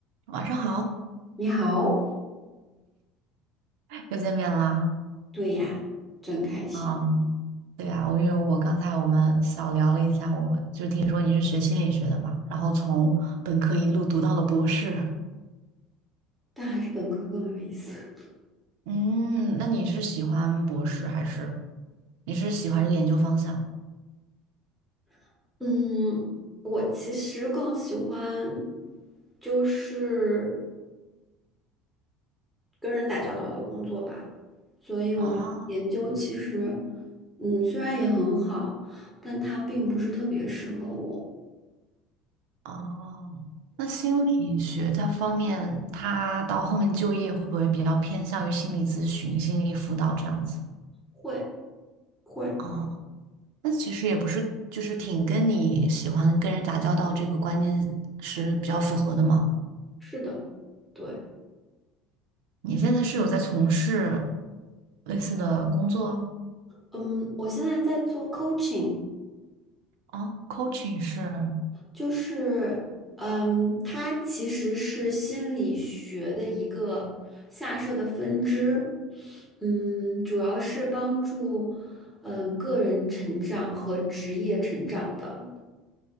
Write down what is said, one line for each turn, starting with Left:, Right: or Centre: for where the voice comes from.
Right: 晚上好，
Centre: 你好，
Right: 又见面啦。
Centre: 对呀，真开心，
Right: 嗯，对呀，我因为我刚才我们小聊了一下，我就听说你是学心理学的嘛，然后从本科一路读到了博士。
Centre: 但还是本科更有意思。
Right: 嗯，那你是喜欢博士还是你是喜欢这个研究方向？
Centre: <laughs> 嗯，我其实更喜欢就是跟人打交道的工作吧，所以我觉得研究其实，
Right: 啊？
Centre: 嗯，虽然也很好，但它并不是特别适合我。
Right: 哦，那心理学它方面，它到后面就业会不会比较偏向于心理咨询、心理辅导这样子？
Centre: 会会，
Right: 啊？那其实也不是，就是挺跟你喜欢跟人打交道这个观念是比较符合的嘛。
Centre: 是的，对，
Right: 你现在是有在从事类似的工作
Centre: 嗯，我现在在做 coaching，
Right: 啊？coaching 是
Centre: 就是，嗯，它其实是心理学的一个下设的分支，嗯，主要是帮助，嗯，个人成长和职业成长的。